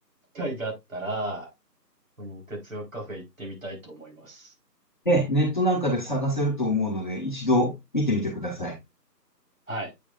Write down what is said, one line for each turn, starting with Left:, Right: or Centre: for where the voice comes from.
Right: 機会があったら、その哲学カフェ行ってみたいと思います。
Left: で、ネットなんかで探せると思うので一度見てみてください。
Right: はい。